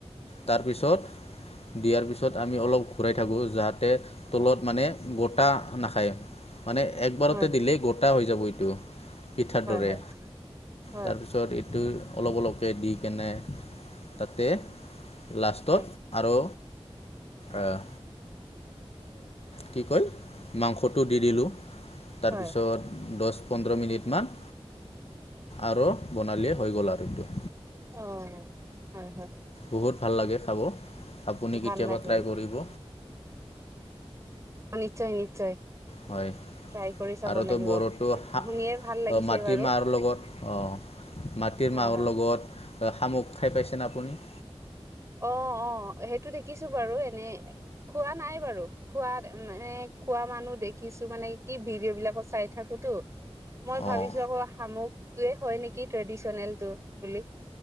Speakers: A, on the left; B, on the right.
A: তাৰপিছত দিয়াৰ পিছত আমি অলপ ঘূৰাই থাকোঁ যাতে তলত মানে গোটা নাখায়। মানে একবাৰতে
B: হয়
A: দিলেই গোটা হৈ যাব এইটো। পিঠাৰ দৰে
B: হয় হয়
A: তাৰপিছত সেটো অলপ অলপকৈ দি কেনে তাতে লাষ্টত
B: হয়
A: আৰু আহ। কি কয় মাংস টো দি দিলো তাৰপিছত
B: হয় হয়
A: দ পোন্ধৰ মিনিটমান আৰু বনালেই হৈ গ'ল আৰু এইটো।
B: অ হয় হয়।
A: বহুত ভাল লাগে খাব আপুনি
B: ভাল
A: কেতিয়াবা
B: লাগে
A: ট্ৰাই
B: ন
A: কৰিব।
B: অ নিশ্চয় নিশ্চয়।
A: হয়।
B: ট্ৰাই কৰি চাব
A: আৰু
B: লাগিব,
A: তো বড়োটো শা
B: শুনিয়ে ভাল লাগিছে
A: অ' মাটিৰ
B: বাৰু
A: মাহৰ লগত, অ' মাটিৰ
B: হয়
A: মাহৰ
B: হয়
A: লগত শামুক খাই পাইছে নে আ আপুনি?
B: অ' অ' সেইটো দেখিছো বাৰু এনেই। খোৱা নাই বাৰু! খোৱা মানে খোৱা মানুহ দেখিছোঁ, মানে কি ভিডিঅ' বিলাকত চাই থাকোঁ। <unintelligible> মই
A: অঁ
B: ভাবিছোঁ আকৌ শামুকটোৱে হয় নেকি ট্ৰেডিচনেল টো বুলি।